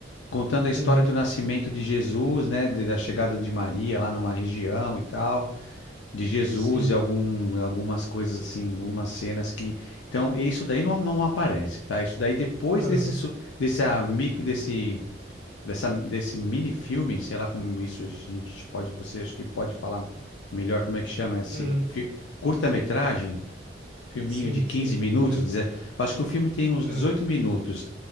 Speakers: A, on the left (about 85°); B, on the right (about 50°).
A: contando a história
B: uhum,
A: do nascimento de Jesus, né, de- da chegada de Maria lá numa região e tal, de Jesus
B: sim,
A: e algum, algumas coisas assim, algumas cenas que, então, isso daí não, não aparece, tá? Isso daí depois
B: aham,
A: desse su- desse, amigo desse dessa, desse mini filme, sei lá como isso a gente pode, você acho que pode falar melhor como é que chama esse
B: uhum,
A: fi- curta-metragem, filminho
B: sim,
A: de 15
B: sim,
A: minutos,
B: correto,
A: deze- acho que o filme tem uns
B: aham,
A: 18 minutos